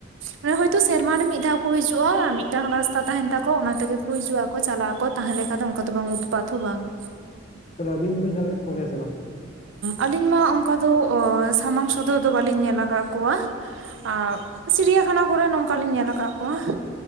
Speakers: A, on the right; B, on the left.
A: ᱢᱚᱱᱮ ᱦᱚᱭᱛᱳ ᱥᱮᱨᱢᱟᱨ ᱨᱮ ᱢᱤᱫ ᱫᱷᱟᱣ ᱠᱚ ᱦᱤᱡᱩᱜ-ᱟ ᱢᱤᱫᱴᱟᱝ ᱨᱟᱥᱛᱟ ᱛᱟᱦᱮᱱ ᱛᱟᱠᱚ ᱚᱱᱟ ᱛᱮᱜᱮ ᱠᱚ ᱦᱤᱡᱩ ᱦᱤᱡᱩᱜ ᱟ ᱠᱚ ᱪᱟᱞᱟᱜ ᱟᱠᱚ ᱛᱟᱦᱮᱸ ᱞᱮᱠᱟ ᱫᱚ ᱚᱱᱠᱟ ᱫᱚ ᱵᱟᱝ ᱩᱛᱯᱟᱛ ᱦᱚᱸ ᱵᱟᱝ ᱾
B: ᱟᱵᱤᱱ ᱫᱚᱵᱤᱱ ᱧᱮᱞ ᱟᱠᱟᱫ ᱠᱚᱜᱮᱭᱟ ᱥᱮ ᱵᱟᱝ?
A: ᱟᱹᱞᱤᱧ ᱢᱟ ᱚᱱᱠᱟ ᱫᱚ ᱥᱟᱢᱟᱝ ᱥᱚᱫᱚᱨ ᱫᱚ ᱵᱟᱹᱞᱤᱧ ᱧᱮᱞ ᱟᱠᱟᱫ ᱠᱚᱣᱟ ᱾ ᱟᱨ ᱪᱤᱲᱤᱭᱟᱠᱷᱟᱱᱟ ᱠᱚᱨᱮᱜ ᱱᱚᱝᱠᱟ ᱞᱤᱧ ᱧᱮᱞ ᱟᱠᱟᱫ ᱠᱚᱣᱟ ᱾